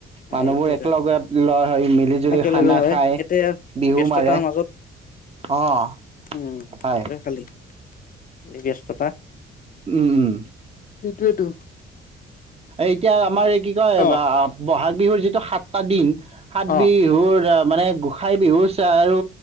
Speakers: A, on the right; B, on the left.
A: মানুহবোৰ
B: এইটো এটা
A: একেলগত লৰ ধ মিলি জুলি
B: একেলগে
A: খানা
B: হয়
A: খাই,
B: এতিয়া
A: বিহু
B: ব্যস্ততাৰ
A: মাৰে।
B: মাজত
A: অহ,
B: উম
A: হয়।
B: সেইটো খালী। আলি ব্যস্তা
A: উম-উম
B: সেইটয়েইেতো।
A: এতিয়া আমাৰে কি কয়
B: অ
A: বা ব'হাগ বিহুৰ যিটো সাতটা দিন সাত
B: অ
A: বিহুৰ মানে গোসাই বিহু চ আৰু